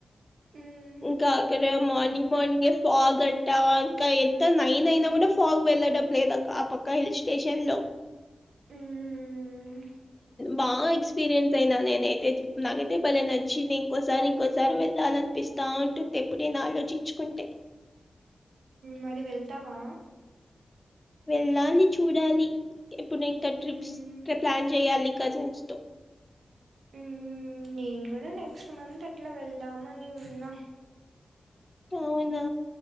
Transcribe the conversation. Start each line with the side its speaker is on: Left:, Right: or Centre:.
Right: మ్మ్
Left: కాగాక రే మోన్ మ సాగ్ అంటావా ఇంకా ఎంత నైన్ అయినా కూడా సాగ్ వెళ్ళడం లేదక్క ఆ పక్క స్టేషన్ లోడ్
Right: మ్మ్
Left: బా ఎక్స్ ఎక్స్పీరియన్స్ అయినా నేనైతే నాకైతే భలే నచ్చింది ఇంకోసారి ఇంకోసారి వెళ్ళాలి అనిపించ్ బా ఉంటుంది ఎప్పుడ నేను ఆలోచించుకుంటే.
Right: మరి వెళ్తావా
Left: వెళ్ళాలి చూడాలి ఇప్పుడు ఇంకా ట్రిప్స్
Right: మ్మ్
Left: ట్రి ప్లాన్ చేయాలి. కజిన్స్ తో
Right: ఉ నేను కూడా నెక్స్ట్ మంత్ అట్లా వెళ్దామ అని ఉన్నాం.
Left: అవునా